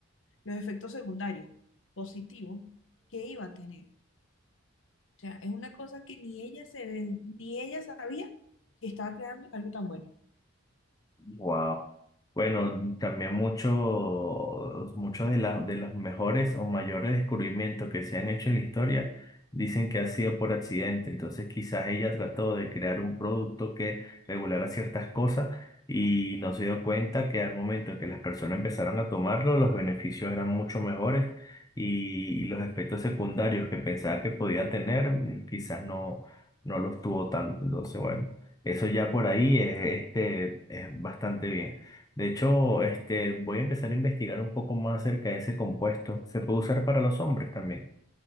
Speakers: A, on the left; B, on the left.
A: los efectos secundarios positivos que iba a tener. O sea, es una cosa que ni ella se, ni ella sabía que estaba creando algo tan bueno.
B: Wow. Bueno, también muchos, muchos de, la- de los mejores o mayores descubrimientos que se han hecho en la historia dicen que ha sido por accidente. Entonces, quizás ella trató de crear un producto que regulara ciertas cosas y no se dio cuenta que al momento que las personas empezaron a tomarlo, los beneficios eran mucho mejores y, y los efectos secundarios que pensaba que podía tener, mm, quizás no, no los tuvo tanto. Entonces, bueno. Eso ya por ahí es, este, es bastante bien. De hecho, este, voy a empezar a investigar un poco más acerca de ese compuesto. ¿Se puede usar para los hombres también?